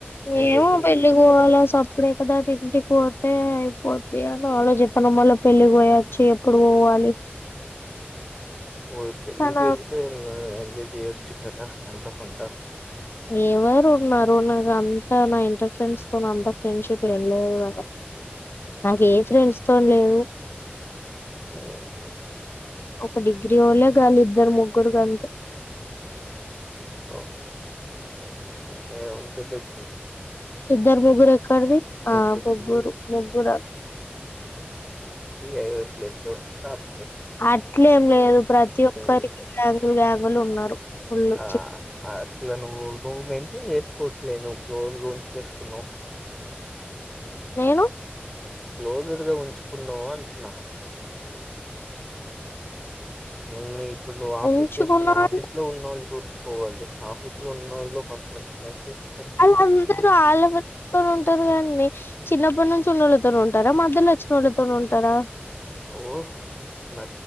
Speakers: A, in the centre; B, on the left.
A: ఎంజాయ్
B: ఏమో
A: చేయొచ్చు
B: పెళ్ళికి పోవాల సప్ప్ ఇప్పుడే కదా ఇంటికి పోతే అయిపోద్ది. అని ఆలోచితన మళ్ళ పెళ్లికి పోయచ్చి ఎప్పుడు పోవాలి.
A: పో పెళ్లికెళ్తే
B: కానీ
A: ఎంజాయ్ చేయొచ్చు కదా ఎంతో కొంత
B: ఎవరు ఉన్నారు. నాకు అంత నా ఇంటర్ ఫ్రెండ్స్ తో అంత ఫ్రెండ్ షిప్ ఏం లేదు కదా. నాకే ఫ్రెండ్స్ ఫోన్ లేదు
A: మ్ హు
B: ఒక డిగ్రీ ఓల్లె గాల్లిద్దర్ ముగ్గురు గంతే
A: ఓకే ఏముంటుంది ఇపు
B: ఇద్దరు ముగ్గురు ఎక్కడిది ఆ
A: కొద్దీ
B: ముగ్గురు ముగ్గురు అంతె
A: ఇయ ప్లే స్టోర్ ఉంటే యాప్
B: అట్లేం లేదు ప్రతి ఒక్కరికి
A: ఉంటారు
B: గ్యాంగుల్ గ్యాంగుల్ ఉన్నారు ఫుల్ళు
A: ఆ అట్ల నువ్వు నువ్ మెంటీ చేసుకోట్లేను ను్వ్ క్లోజ్గుంచేస్కున్నవ్
B: నేను
A: క్లోజ్డ్ గా ఉంచుకున్నవ్ అంటున్నా ఉమ్ మీ ఇప్పుడు నువ్వు ఆఫీస్
B: ఉంచుకున్నా
A: చేస్తున్నవ్ ఆఫీస్
B: అంటే
A: లో ఉన్నళ్ళ్ చూస్త్ పోవాల్ ఆఫీస్ లో ఉన్నోళ్ళు కొంత కొ ఫ్రెండ్స్ అ
B: వాళ్ళందరూ ఆలపరిుకొని ఉంటరు కాండి చిన్నప్పటి నుంచి ఉన్నోలతోన్ రా మధ్యలో వచ్చినోళ్ళతోన్ ఉంటరా
A: ఓ మ